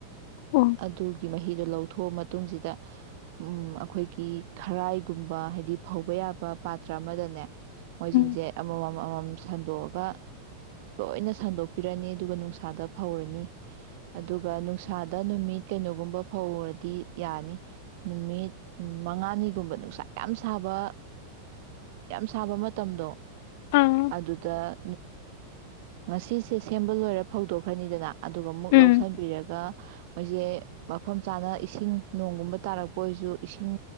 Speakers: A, on the left; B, on the right.
A: ꯑꯣ
B: ꯑꯗꯨ ꯃꯍꯤꯗꯣ ꯂꯧꯊꯣꯛꯑ ꯃꯇꯨꯡꯁꯤꯗ ꯎ ꯑꯩꯈꯣꯏꯒꯤ ꯈꯔꯥꯏꯒꯨꯝꯕ ꯍꯥꯏꯗꯤ ꯐꯧꯕ ꯌꯥꯕ ꯄꯥꯇ꯭ꯔ ꯑꯃꯗꯅꯦ ꯃꯣꯏꯁꯤꯡꯁꯦ
A: ꯎꯝ
B: ꯑꯃꯃꯝꯃꯝ ꯁꯟꯗꯣꯛꯑꯒ ꯂꯣꯏꯅ ꯁꯟꯗꯣꯛꯄꯤꯔꯅꯤ ꯑꯗꯨꯒ ꯅꯨꯡꯁꯥꯗ ꯐꯧꯔꯅꯤ ꯑꯗꯨꯒ ꯅꯨꯡꯁꯥꯗ ꯅꯨꯃꯤꯠ ꯀꯩꯅꯣꯒꯨꯝꯕ ꯐꯧꯔꯗꯤ ꯌꯥꯅꯤ ꯅꯨꯃꯤꯠ ꯃꯉꯥꯅꯤꯒꯨꯝꯕ ꯅꯨꯡꯁꯥ ꯌꯥꯝ ꯁꯥꯕ ꯌꯥꯝ ꯁꯥꯕ ꯃꯇꯝꯗꯣ
A: ꯑꯥ
B: ꯑꯗꯨꯗꯝ ꯉꯁꯤꯁꯦ ꯁꯦꯝꯕ ꯂꯣꯏꯔꯦ ꯐꯧꯗꯣꯛ ꯈꯔꯣꯏꯅꯤꯗꯅ ꯑꯗꯨꯒ ꯑꯃꯨꯛ
A: ꯎꯝ
B: ꯂꯧꯁꯤꯟꯕꯤꯔꯒ ꯃꯣꯏꯁꯦ ꯃꯐꯝ ꯆꯥꯅ ꯏꯁꯤꯡ ꯅꯣꯡꯒꯨꯝꯕ ꯇꯥꯔꯛꯄ ꯑꯣꯏꯔꯁꯨ ꯏꯁꯤꯡ